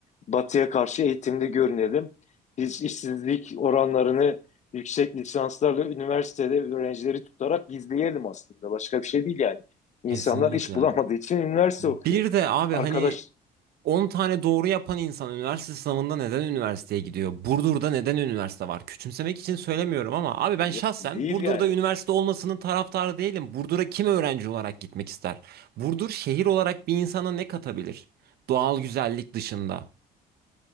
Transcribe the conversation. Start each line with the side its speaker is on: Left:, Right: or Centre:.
Left: Batı'ya karşı eğitimli görünelim. Biz işsizlik oranlarını yüksek lisanslarla üniversitede öğrencileri tutarak gizleyelim aslında. Başka bir şey değil yani. İnsanlar
Right: kesinlikle.
Left: iş bulamadığı için üniversite
Right: Bir
Left: okuyor.
Right: de abi
Left: Arkadaş
Right: hani 10 tane doğru yapan insan üniversite sınavında neden üniversiteye gidiyor? Burdur'da neden üniversite var? Küçümsemek için söylemiyorum ama abi ben
Left: yok
Right: şahsen
Left: değil
Right: Burdur'da
Left: yani.
Right: üniversite olmasının taraftarı değilim. Burdur'a kim öğrenci olarak gitmek ister? Burdur şehir olarak bir insana ne katabilir? Doğal güzellik dışında.